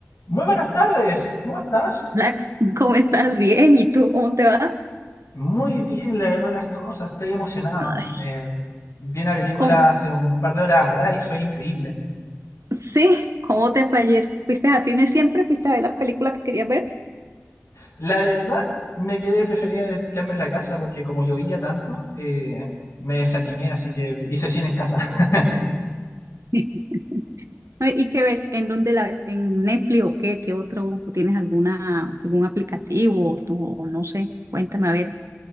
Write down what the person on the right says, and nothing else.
Hola, ¿cómo estás? Bien, ¿y tú cómo te vas?
Ay,
¿cómo?
Sí, ¿cómo te fue ayer? ¿Fuiste a cine siempre? ¿Fuiste a ver la película que querías ver?
<laughs> Ay, ¿Y qué ves? ¿En dónde la ves? ¿En Netflix o qué? ¿Qué otro? ¿O ¿Tienes alguna, algún aplicativo? O o no sé, cuéntame a ver.